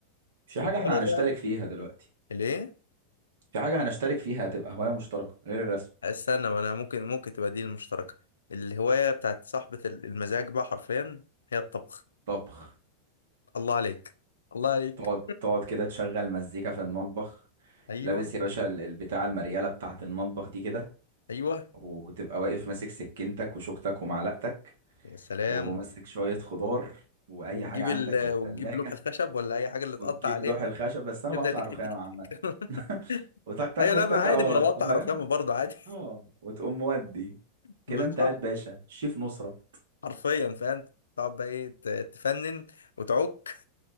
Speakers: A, on the right (about 60°); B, on the left (about 70°).
A: في
B: الهوايه
A: حاجة احنا هنشترك
B: بقى
A: فيها دلوقتي
B: ليه
A: في حاجة هنشترك فيها هتبقى هواية مشتركة غير الرسم
B: استنى ما انا ممكن ممكن تبقى دي المشتركه الهوايه بتاعت صاحبه المزاج بقى حرفيا هي الطبخ
A: طبخ
B: الله عليك الله عليك
A: تقعد تقعد كده تشغل مزيكا في المطبخ
B: ايوه
A: لابس يا باشا ال- البتاع المريالة بتاعة المطبخ دي كده
B: ايوه
A: وتبقى واقف ماسك سكينتك وشوكتك ومعلقتك
B: يا سلام
A: وماسك شوية خضار وأي
B: وتجيب
A: حاجة عندك
B: ال...
A: في التلاجة
B: وتجيب لوح الخشب ولا اي حاجه اللي
A: وتجيب
B: تقطع عليها
A: لوح الخشب بس أنا
B: تبدا
A: بقطع
B: تك
A: الرخام
B: تك تك
A: عامة
B: تك
A: <laughs>
B: <laughs>
A: وتك تك
B: ايوه
A: تك
B: لا
A: تك
B: ما عادي
A: اه
B: ما انا بقطع
A: انت فاهم
B: الرخامه برضه عادي
A: اه وتقوم مودي
B: <laughs>
A: كده
B: بالظبط
A: انت قاعد باشا شيف نصرة
B: حرفيا فاهم تقعد بقى ايه ت- تفنن وتعك